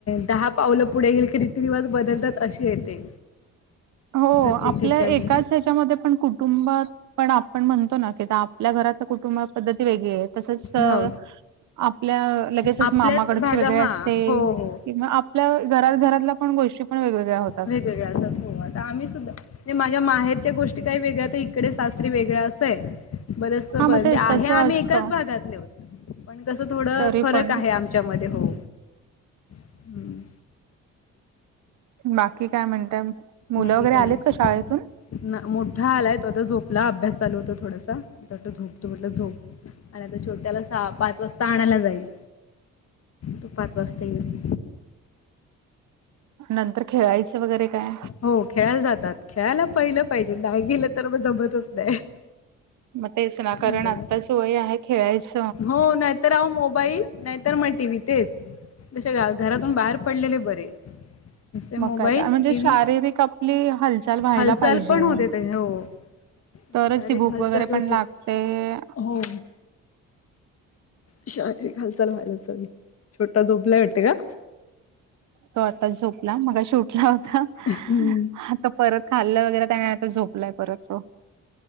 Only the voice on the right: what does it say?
हो
आपल्या
एकाच ह्याच्यामध्ये पण कुटुंबात पण आपण म्हणतो ना की <unintelligible> आपल्या घरातल्या कुटुंब पद्धती वेगळी आहे तसंच अ
आपल्या लगेचच
मामाकडचे
वेगळे
असते
किंवा आप पल्या घरात घरातल्या पण गोष्टी पण वेगवेगळ्या होतात.
हा
मग तेच
तसं
असतं
तरी
पण
बाकी काय म्हणतात मुलं
वगैरे
आलेत
का शाळेतून.
नंतर खेळायचं वगैरे काय.
मग तेच ना कारण
आत्ता स वोय आहे खेळायच.
मग
काय तर म्हणजे
शारीरिक
आपली हालचाल व्हायला
पाहिजे.
तरच
ती भूक
वगैरे
पण लागते.
तो आता झोपला मगा शोटला होता
आता परत खाल्लं वगैरे त्याने आ झोपलाय परत तो.